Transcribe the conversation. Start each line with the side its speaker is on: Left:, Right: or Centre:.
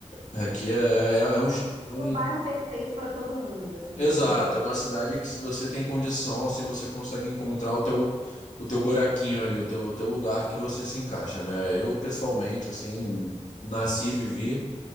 Left: Aqui é, é, é um, é um
Right: É um bairro perfeito para todo mundo, assim,
Left: Exato,
Right: depende muito
Left: é uma cidade que se você tem condição, assim, você consegue encontrar o teu, o teu buraquinho ali, o teu, o teu lugar que você se encaixa, né? Eu, pessoalmente, assim, nasci e vivi,